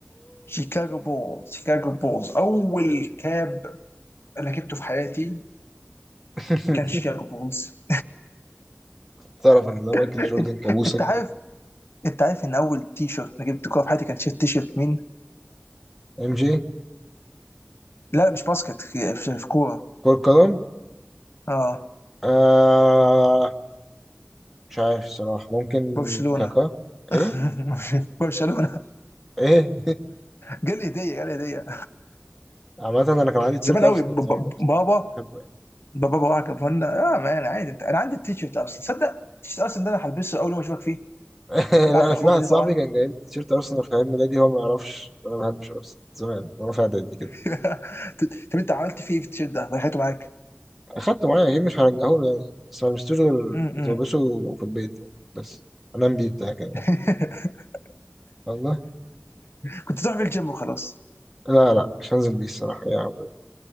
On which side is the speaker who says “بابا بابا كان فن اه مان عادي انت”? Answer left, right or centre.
Left